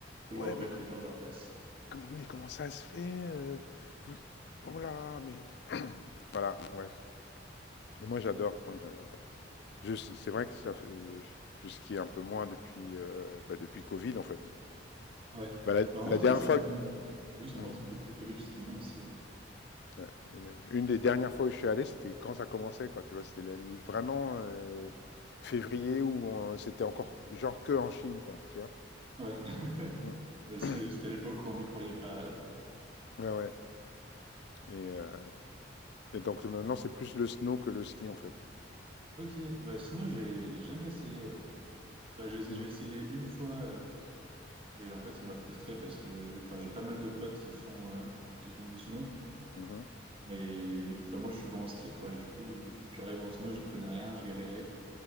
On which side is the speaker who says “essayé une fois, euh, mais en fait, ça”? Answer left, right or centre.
Right